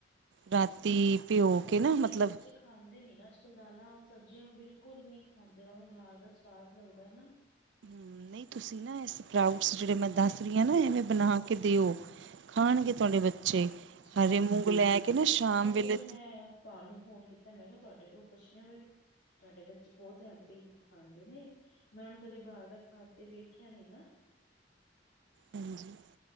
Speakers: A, on the right (about 85°); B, on the left (about 65°).
A: ਰਾਤੀ ਭਿਓ
B: ਪਤਾ
A: ਕੇ ਨਾ
B: ਕੀ
A: ਮਤਲਬ
B: ਬੱਚੇ ਖਾਂਦੇ ਨੀ ਨਾ ਅੱਜ-ਕੱਲ੍ਹ ਦਾਲਾਂ ਸਬਜ਼ੀਆਂ ਬਿਲਕੁਲ ਨਹੀਂ ਖਾਂਦੇ ਮੈਡਮ। ਬਾਹਰ ਦਾ ਸਵਾਦ ਲੱਗਦਾ ਨਾ।
A: ਨਹੀਂ ਤੁਸੀਂ ਨਾ ਇਸਪਾਓ ਜਿਹੜੇ ਮੈਂ ਦੱਸ ਰਹੀ ਆ ਨਾ ਇਹਵੇਂ ਬਣਾ ਕੇ ਦਿਓ ਖਾਣਗੇ ਤੁਹਾਡੇ ਬੱਚੇ।
B: ਜੀ
A: ਹਰੇ
B: ਹੁ-ਹੁ
A: ਮੂੰਗ ਲੈ ਕੇ ਨਾ ਸ਼ਾਮ
B: ਤਾਂਹੀ
A: ਵੇਲੇ
B: ਤੇ ਮੈਂ ਤੁਹਾਨੂੰ ਫੋਨ ਕੀਤਾ ਮੈਂ ਕਿਹਾ ਤੁਹਾਡੇ ਕੋਲ ਪੁੱਛ ਦੀ ਬ- ਤੁਹਾਡੇ ਬੱਚੇ ਬਹੁਤ ਹੈਲਦੀ ਖਾਂਦੇ ਨੇ। ਮੈਂ ਉਹਨੂੰ ਕਦੇ ਬਾਹਰ ਦਾ ਖਾਂਦੇ ਤੇ ਵੇਖਿਆ ਨੀ ਨਾ।
A: ਹਾਂਜੀ।